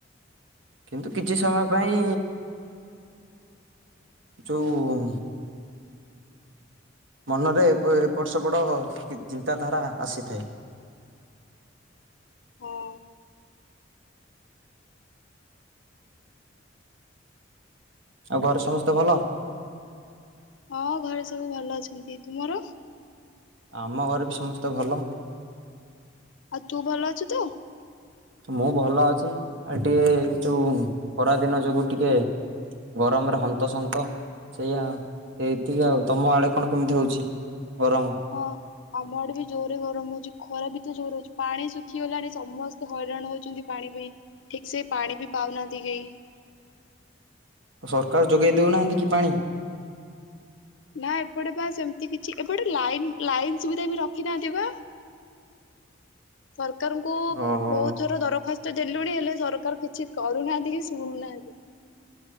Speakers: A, on the right; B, on the left.
A: କିନ୍ତୁ କିଛି ସମୟ ପାଇଁ ଯୋଉ ମନରେ ଏପଟ ସେପଡ ଚିନ୍ତାଧାରା ଆସିଥାଏ।
B: ହଁ।
A: ଆଉ ଘରେ ସମସ୍ତେ ଭଲ।
B: ହଁ ଘରେ ସବୁ ଭଲ ଅଛନ୍ତି। ତୁମର?
A: ଆମ ଘରେ ବି ସମସ୍ତେ ଭଲ।
B: ଆଉ ତୁ ଭଲ ଅଛୁ ତ।
A: ମୁଁ ଭଲ ଅଛି ଆଉ ଟିକେ ଯୋଉ ଖରାଦିନ ଯୋଗୁ ଟିକେ ଗରମରେ ହନ୍ତସନ୍ତ। ସେଇଆ ଏତିକି ଆଉ ତମ ଆଡ଼େ କଣ କେମିତି ହଉଛି? ଗରମ
B: ହଁ ଆମ ଆଡେ ବି ଜୋରେ ଗରମ ହଉଚି। ଖରା ଭି ତ ଜୋରେ ହଉଚି ପାଣି ଶୁଖିଗଲାଣି ସମସ୍ତେ ହଇରାଣ ହଉଚନ୍ତି ପାଣି ପାଇଁ ଠିକ ସେ ପାଣି ବି ପାଉନାଆତି କେଇ।
A: ସରକାର ଯୋଗେଇ ଦଉନାହାନ୍ତି କି ପାଣି?
B: ନା ଏପଟେ ପା ସେମିତି କିଛି ଏପଟେ ଲାଇନ ଲାଇନ ସୁବିଧା ବି ରଖି ନାହାନ୍ତି ପା ସର୍ କାରଙ୍କୁ
A: ଓହୋ
B: ବହୁତ ଥର ଦରଖାସ୍ତ ଦେଲୁଣି ହେଲେ ସରକାର କିଛି କରୁ କରୁନାହାନ୍ତି କି ଶୁଣୁନାହାନ୍ତି।